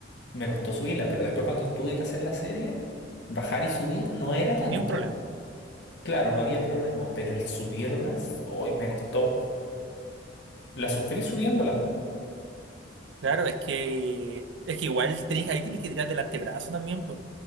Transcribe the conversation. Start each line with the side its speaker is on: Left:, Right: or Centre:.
Left: Me costó subirlas, pero después cuando tuve que hacer la serie, bajar y subir no era tanto.
Right: Ni un problema.
Left: Claro, no había problema, pero el subirlas, hoy me costó. La sufrí subiéndolas.
Right: Claro, es que es que igual tenés, ahí tenés que tirarte el antebrazo también, pues.